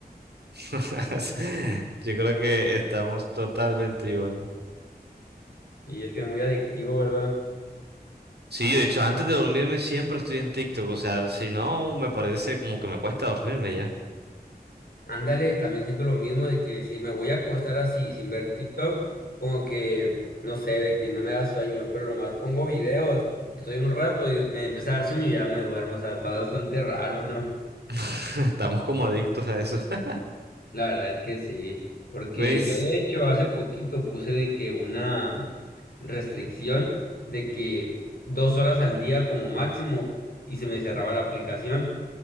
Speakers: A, on the right; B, on the left.
A: <laughs> Yo creo que estamos totalmente igual.
B: Y es que es muy adictivo, ¿verdad?
A: Sí, yo de hecho, antes de dormirme siempre estoy en TikTok, o sea, si no, me parece como que me cuesta dormirme ya.
B: Ándale, también siento lo mismo de que si me voy a acostar así sin ver TikTok, como que, no sé, de que no me da sueño, pero nomás pongo videos, estoy un rato y me empieza a dar sueño y ya me duermo, o sea, está bastante raro, ¿no?
A: <laughs> Estamos como adictos a eso. <laughs>
B: La verdad es que sí, porque
A: ¿Veis?
B: yo de hecho hace poquito puse de que una restricción de que dos horas al día como máximo y se me cerraba la aplicación.